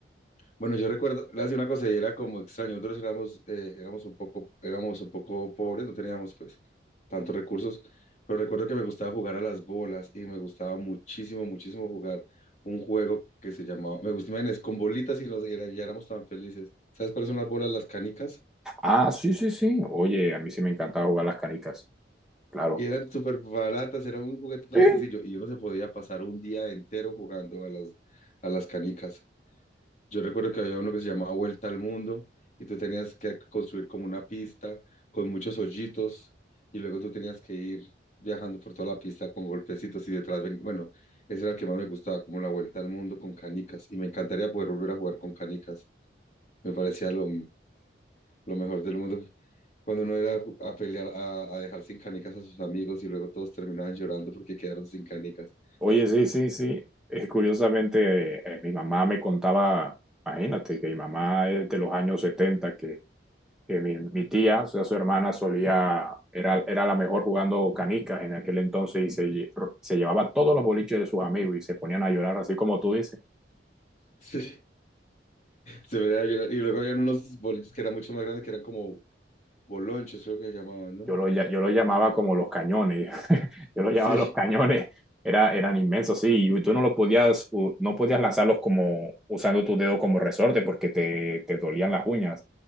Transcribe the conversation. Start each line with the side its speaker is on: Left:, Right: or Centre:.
Left: Bueno, yo recuerdo, le hacía una cosa y era como extraño. Nosotros éramos, eh, éramos un poco, éramos un poco pobres, no teníamos pues tantos recursos, pero recuerdo que me gustaba jugar a las bolas y me gustaba muchísimo, muchísimo jugar un juego que se llamaba, me gustaba, men, es con bolitas y, nos, y era- y éramos tan felices. ¿Sabes cuáles son las bolas? Las canicas.
Centre: Ah, sí, sí, sí. Oye, a mí sí me encantaba jugar las canicas, claro.
Left: Y eran súper baratas, era un juguete tan
Centre: Sí,
Left: sencillo y uno se podía pasar un día entero jugando a las, a las canicas. Yo recuerdo que había uno que se llamaba Vuelta al Mundo y tú tenías que construir como una pista con muchos hoyitos y luego tú tenías que ir viajando por toda la pista con golpecitos y detrás, ven- bueno, ese era el que más me gustaba, como la Vuelta al Mundo con canicas y me encantaría poder volver a jugar con canicas. Me parecía lo, lo mejor del mundo. Cuando uno era ju- a pelear, a, a dejar sin canicas a sus amigos y luego todos terminaban llorando porque quedaron sin canicas.
Centre: Oye, sí, sí, sí. Eh, curiosamente, eh, eh, mi mamá me contaba, imagínate, que mi mamá es de los años 70 que, que mi, mi tía, o sea, su hermana solía, era, era la mejor jugando canicas en aquel entonces y se, lle- se llevaba todos los boliches de sus amigos y se ponían a llorar, así como tú dices.
Left: <laughs> Sí. Se me da a llorar. Y luego habían unos boliches que eran mucho más grandes, que eran como Bolonchos creo que se llamaban, ¿no?
Centre: Yo lo, lla- yo lo llamaba como los cañones, <laughs> yo lo llamaba
Left: Sí,
Centre: los cañones. Era, eran inmensos, sí, y tú no lo podías, u- no podías lanzarlos como usando tu dedo como resorte porque te, te dolían las uñas.